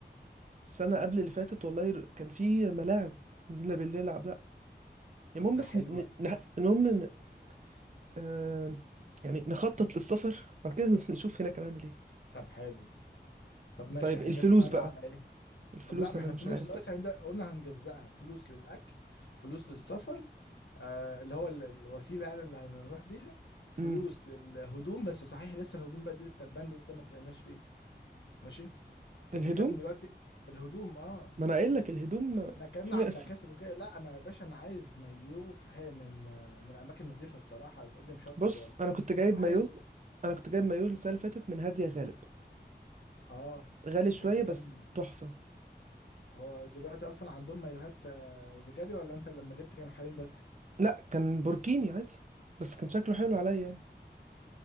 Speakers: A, on the right; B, on the left.
A: السنة قبل اللي فاتت والله ر- كان في ملاعب نزلنا بالليل نلعب لأ
B: طب
A: المهم
B: ده
A: بس
B: حلو
A: ن... ن... المهم ن... آه... يعني نخطط للسفر وبعد كده <laughs> نشوف هناك هنعمل ايه
B: طب حلو طب ماشي
A: طيب
B: احنا
A: الفلوس
B: كده اتفقنا
A: بقى
B: على ايه
A: الفلوس
B: طب لا ما
A: أنا
B: احنا
A: مش
B: فلوس
A: عارف
B: دلوقتي
A: بقى
B: هنبدأ قلنا هنجزأها فلوس للأكل فلوس للسفر آه اللي هو ال- الوسيلة يعني اللي هنروح بيها فلوس
A: امم
B: للهدوم بس صحيح لسه الهدوم بقى دي لسه البند ده ما اتكلمناش فيه ماشي انت
A: الهدوم
B: بتتكلم دلوقتي الهدوم اه
A: ما أنا قايل لك الهدوم آه،
B: احنا اتكلمنا
A: في, م...
B: على البكاسر
A: في
B: وكده لا انا يا باشا انا عايز مايو في حي من آه، من اماكن نضيفة الصراحة تقول لي مشجر
A: بص
B: ولا
A: أنا كنت جايب
B: وعايز
A: مايو أنا كنت جايب مايو السنة اللي فاتت من هادية غالب
B: اه
A: غالي شوية
B: انت كده بتتكلم
A: بس تحفة
B: هو دلوقتي اصلا عندهم مايوهات آه، رجالي ولا انت لما جبت كان حريم بس
A: لأ كان بوركيني عادي بس كان شكله حلو عليا يعني